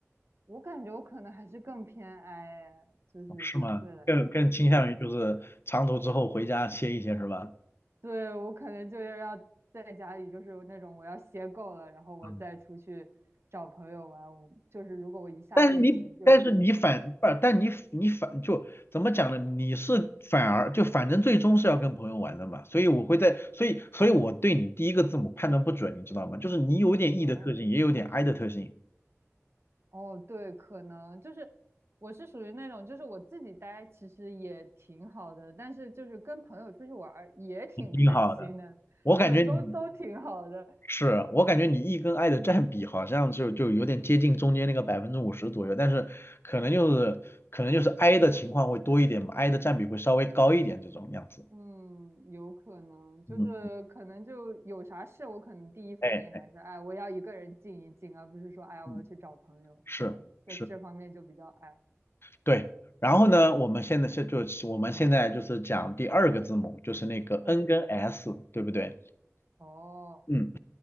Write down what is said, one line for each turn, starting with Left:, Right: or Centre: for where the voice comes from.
Right: 我感觉我可能还是更偏 I，就是相对来说是。
Left: 是吗？更更倾向于就是长途之后回家歇一歇是吧？
Right: 对，我可能就是要在家里，就是那种我要歇够了，然后我再出去找朋友玩。
Left: 嗯。
Right: 我就是如果我一下飞机就，
Left: 但是你，但是你反，
Right: 哎，
Left: 不，但你你反就怎么讲呢？你是反而就反正最终是要跟朋友玩的嘛，所以我会在，所以所以我对你第一个字母判断不准，你知道吗？就是你有点
Right: 哦
Left: E 的特性，也有点 I 的特性，
Right: 哦，对，可能就是我是属于那种，就是我自己待其实也挺好的，但是就是跟朋友出去玩儿也挺开心的，
Left: 你挺好的。我感觉你
Right: 就都都挺好的。
Left: 是，我感觉你 E 跟 I 的占比好像就就有点接近中间那个百分之五十左右，但是可能就是可能就是 I 的情况会多一点嘛，I 的占比会稍微高一点这种样子。
Right: 嗯，有可能，就是可能就有啥事，
Left: 嗯，
Right: 我可能第一反应还是，
Left: 哎，
Right: 哎，我要一个人静一静，而不是说，哎呀，
Left: 嗯，
Right: 我要去找朋友，
Left: 是。
Right: 可能在这方面就比较矮。
Left: 是对，然后呢，我们现在是就我们现在就是讲第二个字母，就是那个
Right: 嗯，
Left: N 跟 S，对不对？
Right: 哦，
Left: 嗯